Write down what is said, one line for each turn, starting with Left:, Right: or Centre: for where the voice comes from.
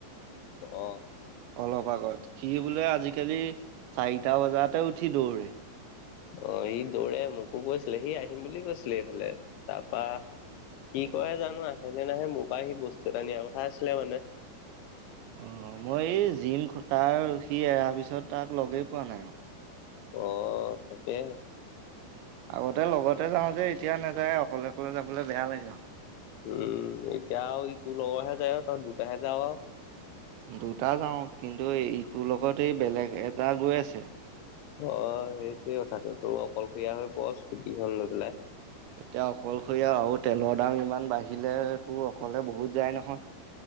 Right: <inaudible>
Left: অ'
Right: অলপ আগত সি বোলে আজিকালি চাৰিটা বজাতে উঠি দৌৰে।
Left: অ', সি দৌৰে মোকো কৈছিলে সি আহিম বুলি কৈছিলে এইফালে তাৰপা কি কৰে জানো আহেনে নাহে মোৰ পৰাা সি বস্তু এটা নিয়াৰ কথা আছিলে মানে।
Right: অ', মই এই জিম খটাৰ সি এৰাৰ পিছত তাক লগেই পোৱা নাই আৰু।
Left: অ', তাকেহে।
Right: আগতে লগতে যাওঁ যে এতিয়া নাযায় অকলে অকলে যাবলৈ বেয়া লাগে আৰু।
Left: উম, এতিয়া আৰু ই তোৰ লগৰহে যায় আৰু তহঁত দুটাহে যাৱ আৰু।
Right: দুটা যাও কিন্তু ইটোৰ লগত এই বেলেগ এটা গৈ আছে।
Left: অ', সেইটোয়ে কথাটো তো তইও অকলশৰীয়া হৈ পৰ স্কুটিখন লৈ পেলাই।
Right: এতিয়া অকলশৰীয়া আৰু তেলৰ দাম ইমান বাঢ়িলে তোৰ অকলে বহুত যায় নহয়।